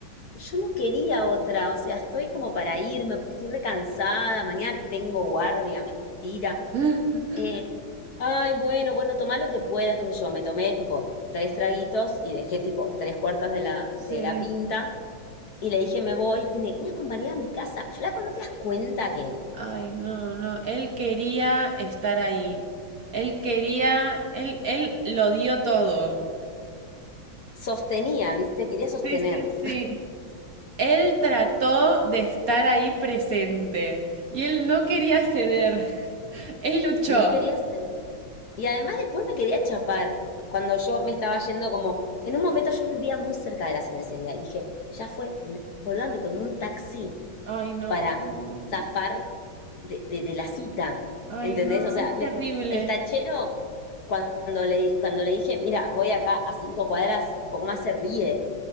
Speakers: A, on the left; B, on the right.
A: Yo no quería otra, o sea, estoy como para irme, porque estoy recansada, mañana tengo guardia, mentira.
B: no. <gasps>
A: Eh, ay, bueno, bueno, tomá lo que puedas, qué sé yo, me tomé tipo tres traguitos y dejé tipo tres cuartas de la, de
B: Sí.
A: la pinta y le dije me voy y me quería acompañar a mi casa. Flaco, ¿no te das cuenta que
B: Ay, no, no. Él quería estar ahí. Él quería, él, él lo dio todo.
A: sostenía, viste? Quería sostener,
B: Sí, sí, sí. Él trató de estar ahí presente y él no quería ceder. Él luchó.
A: no quería salir. Y además después me quería chapar cuando yo me estaba yendo como, en un momento yo vivía muy cerca de la cervecería y dije, ya fue, me, boluda, me tomé un taxi
B: Ay, no,
A: para
B: no,
A: zafar
B: no.
A: de, de- de la cita,
B: Ay,
A: ¿entendés?
B: no,
A: O sea,
B: es
A: me-
B: terrible.
A: el tachero, cuando le, di- cuando le dije, mira, voy acá a cinco cuadras, un poco más se ríe,